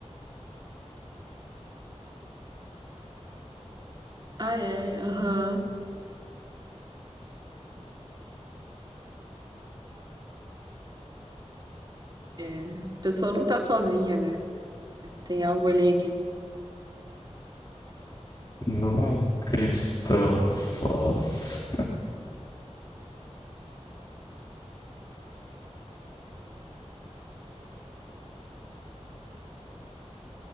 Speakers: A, on the right; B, on the left.
A: Ah, é. Aham. É, a pessoa não tá sozinha, né? Tem algo ali que
B: Nunca estamos sós.